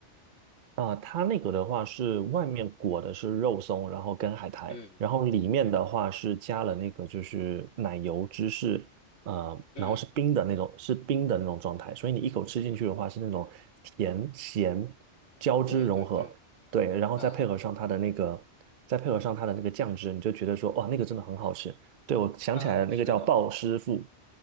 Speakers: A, on the right (about 55°); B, on the left (about 85°).
A: 啊，它那个的话是外面裹的是肉松，然后跟海苔，
B: 嗯
A: 然后里面的话是加了那个就是奶油芝士，呃，
B: 嗯，
A: 然后是冰的那种，是冰的那种状态，所以你一口吃进去的话是那种甜咸交织融合，
B: 对对对，
A: 对，然后再配合上它的那个，
B: 啊
A: 再配合上它的那个酱汁，你就觉得说，哇，那个真的很好吃。对，我想起来了，
B: 啊，
A: 那个叫鲍师傅，
B: 是的。